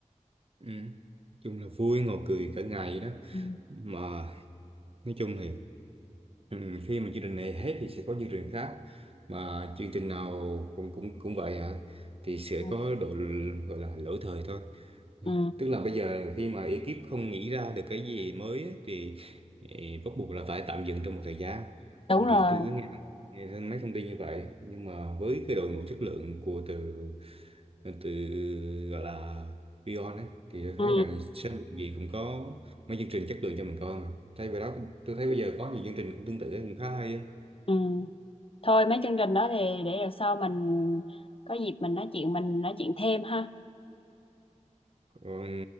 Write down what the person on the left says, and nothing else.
ừ.
Ừ.
Ừ.
đúng
rồi
ừ.
Ừ. Thôi mấy chương trình đó thì để lần sau mình có dịp mình nói chuyện mình nói chuyện thêm ha.